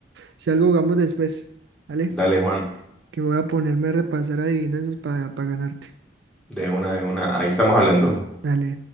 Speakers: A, on the right; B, in the centre.
A: si algo jugamos después, ¿vale?
B: Dale, Juan.
A: Que voy a ponerme a repasar adivinanzas para ganarte.
B: De una, de una. Ahí estamos hablando.
A: Dale.